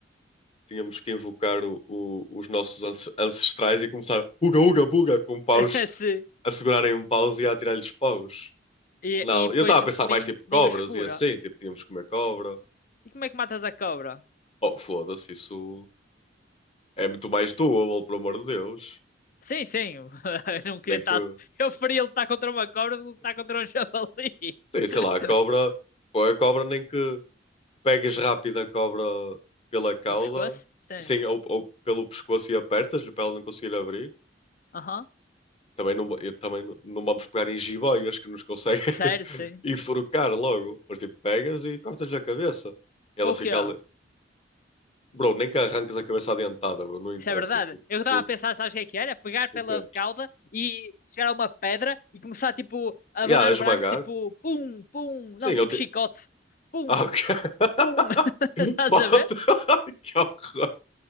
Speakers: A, on the left; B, on the left.
A: tínhamos que invocar o- o- os nossos ance- ancestrais e começar uga, uga, buga, com paus,
B: <laughs> Sim.
A: a segurarem um paus e a atirar-lhes paus.
B: E,
A: Não,
B: e depois
A: eu estava a pensar
B: nem,
A: mais tipo cobras
B: nem os fura.
A: e assim, tipo, tínhamos que comer cobra.
B: E como é que matas a cobra?
A: Oh, foda-se, isso é muito mais doable, pelo amor de Deus.
B: Sim, sim. <laughs> Eu não queria
A: Nem
B: estar.
A: que,
B: Eu preferia lutar contra uma cobra do que lutar contra um javali.
A: sim, sei
B: <laughs>
A: lá, a cobra, põe a cobra, nem que pegues rápido a cobra pela cauda,
B: No pescoço? Sim.
A: e sim, ou, ou pelo pescoço e apertas-lhe para ela não conseguir abrir.
B: Aham.
A: Também não, eu também não, não vamos pegar em jiboias que nos conseguem <laughs>
B: Sério, sim.
A: enforcar logo. Mas tipo, pegas e cortas-lhe a cabeça. E ela
B: Com o
A: fica
B: quê?
A: ali. Bro, nem que arranques a cabeça adiantada bro. Não interessa.
B: Isso é verdade.
A: Tipo,
B: Eu estava
A: tu,
B: a pensar, sabes o que é que era? Pegar
A: o
B: pela
A: quê?
B: cauda e chegar a uma pedra e começar, tipo, a abanar
A: E a esmagar?
B: o braço, tipo, pum, pum.
A: Sim,
B: Não,
A: eu
B: tipo
A: te.
B: chicote. Pum,
A: Ah, ok.
B: pum. <laughs>
A: <laughs>
B: Estás
A: Pode.
B: a ver?
A: <laughs> Que horror.